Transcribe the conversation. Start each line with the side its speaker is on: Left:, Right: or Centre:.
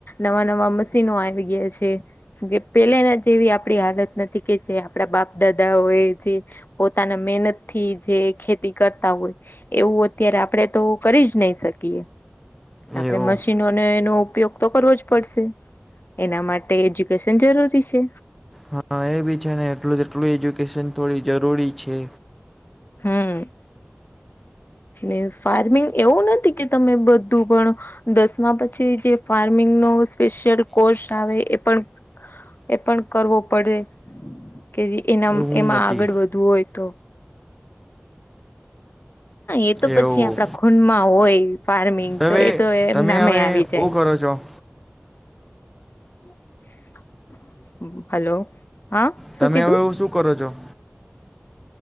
Left: નવા નવા મશીનો આવી ગયા છે પેલેને જેવી આ આપડી હાલત નથી કે જે આપણા બાપ દાદાઓય જે પોતાના મહેનત થી જે ખેતી કરતા હોય એવું અત્યારે આપણેે તો કરી જ નહી શકીએ. આપણે
Centre: એવું
Left: મશીનોને એનો ઉપયોગ તો કરવો જ પડશે એના માટે એજ્યુકેશન જરૂરી છે.
Centre: હા એ બી છે ને એટલું એટલું એજ્યુકેશન થોડી જરૂરી છે.
Left: હમ. ને ફાર્મિંગ એવું નથી કે, તમે બધું પણ દસમા પછી જે ફાર્મિંગ નો સ્પેશિયલ કોર્સ આવે એ પણ એ પણ કરવો પડે કે એના
Centre: એવું
Left: એમાં
Centre: નથી
Left: આગળ વધવું હોય તો. એ તો પછી
Centre: એવું
Left: આપડા ખૂનમાં હોય ફાર્મિંગ
Centre: હવે
Left: તો એ તો
Centre: તમે
Left: એમનામાં
Centre: હવે
Left: આવી
Centre: હું
Left: જાય.
Centre: કરો છો?
Left: <inaudible> હલો હા.
Centre: તમે
Left: શું કીધું
Centre: હવે એવું શું કરો છો?